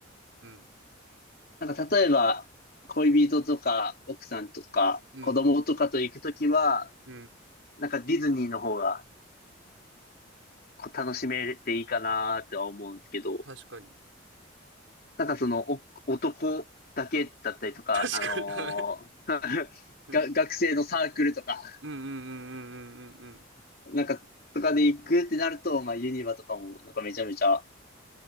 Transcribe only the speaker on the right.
ん
うんうんうん。
うんうん
確かに。
確かに、
はい。
うん。
うんうんうんうんうんうんうん。